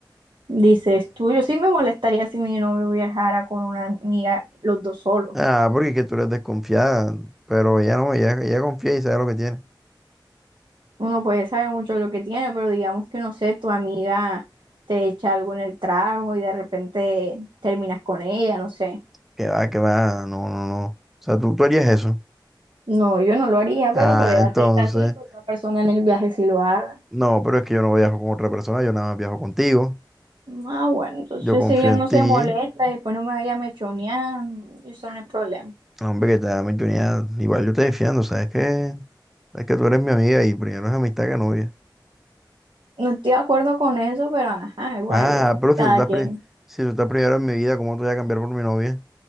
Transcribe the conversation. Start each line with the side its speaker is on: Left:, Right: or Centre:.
Right: Dices tú, yo sí me molestaría si mi novio viajara con una amiga, los dos solos.
Centre: Ah, porque es que tú eres desconfiada. Pero ella no, ella, ella confía y sabe lo que tiene.
Right: Uno puede saber mucho de lo que tiene, pero digamos que no sé, tu amiga te echa algo en el trago y de repente terminas con ella, no sé.
Centre: Que va, que va, no, no, no. O sea, tú, tú harías eso.
Right: No, yo no lo haría,
Centre: Ah,
Right: pero puede
Centre: entonces,
Right: hacer caso de que otra persona en el viaje sí lo haga.
Centre: no, pero es que yo no viajo con otra persona, yo nada más viajo contigo.
Right: Ah, bueno, entonces
Centre: Yo confío
Right: si ella no
Centre: en ti.
Right: se molesta y después no me vaya a mechonear, eso no es problema.
Centre: Hombre, que te da oportunidad. Igual yo te defiendo, ¿sabes que Sabes que tú eres mi amiga y primero es amistad que novia.
Right: No estoy de acuerdo con eso, pero ajá, igual,
Centre: Ah, pero si
Right: cada
Centre: tú estás,
Right: quien.
Centre: pri- si tú estás primero en mi vida, ¿cómo te voy a cambiar por mi novia?